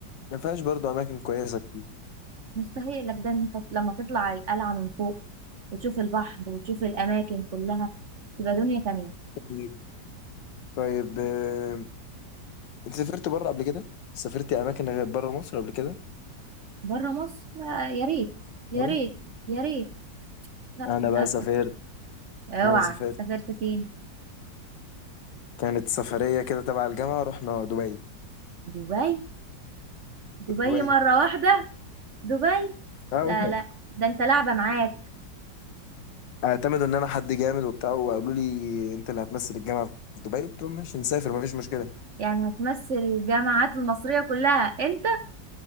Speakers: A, on the left; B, on the right.
A: ما فيهاش برضه أماكن كويسة كتير
B: مستحيل لك ده انت لما تطلع على القلعه من فوق وتشوف البحر وتشوف الاماكن كلها تبقى دنيا تانية
A: طيب طيب، آه، أنت سافرت بره قبل كده؟ سافرتي أماكن غير بره مصر قبل كده؟
B: بره مصر لا، يا ريت يا
A: أه.
B: ريت يا ريت لا
A: أنا
B: للاسف
A: بقى سافرت
B: اوعى
A: أنا سافرت
B: سافرت فين
A: كانت سفرية كده تبع الجامعة رحنا دبي
B: دبي دبي
A: دبي
B: مرة واحدة دبي
A: أنا
B: لا
A: مش
B: لا ده انت لعبة معاك
A: اعتمدوا إن أنا حد جامد وبتاع وقالوا لي أنت اللي هتمثل الجامعة في دبي قلت لهم ماشي نسافر مفيش مشكلة
B: يعني هتمثل الجامعات المصرية كلها انت